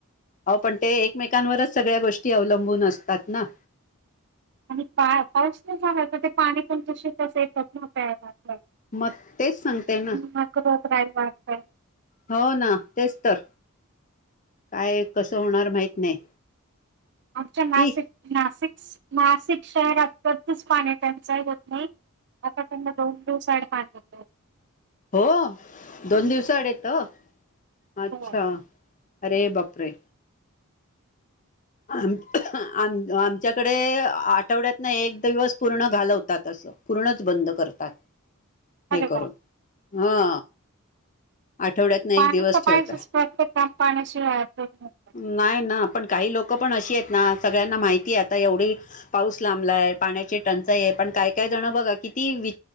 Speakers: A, on the left; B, on the right.
A: हो पण ते एकमेकांवरच सगळ्या गोष्टी अवलंबून असत तात ना.
B: आणि पा पाऊस पण झालायं तर ते पाणी पण दुषित येत, कसं प्यायनार?
A: मग तेच सांगते, ना
B: मग रोगराई वाढतय.
A: हो ना तेच तर. काय कसं होणार माहित नाही?
B: आमच्या नाशिक
A: ठीक
B: नाशिक नाशिक शहरात कधीच पाणी टंचाई होत नाही, आता त्यांना दोन दिवस आड पाणी येत.
A: हो दोन दिवस आड येतं? अच्छा!
B: हो
A: अरे बापरे! आ आम आमच्याकडे आठवड्यात ना एक दिवस पूर्ण चालवतात, असं पूर्णच बंद करतात.
B: अरे
A: हे करून
B: वा
A: हा. आठवड्यातन एक
B: पाणी
A: दिवस
B: त
A: ठेवतात
B: पाहिजेच प्रत्येक काम पाण्याशिवाय <unintelligible>
A: नाही ना पण काही लोक पण अशी आहेत ना, सगळ्यांना माहितीय आता एवढी पाऊस लांबलाय पाण्याची टंचाई आहे, पण काय काय जण बघा किती वि